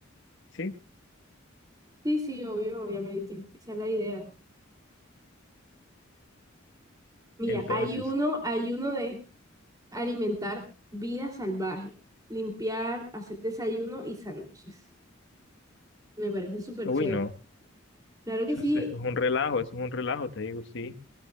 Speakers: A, on the left; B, on the right.
A: Sí,
B: Sí, sí, obvio, obviamente, esa es la idea. Mira,
A: entonces,
B: hay uno, hay uno de alimentar vida salvaje, limpiar, hacer desayuno y sándwiches. Me parece súper
A: uy,
B: chévere.
A: no,
B: Claro que
A: eso
B: sí.
A: es, eso es un relajo, eso es un relajo, te digo, sí.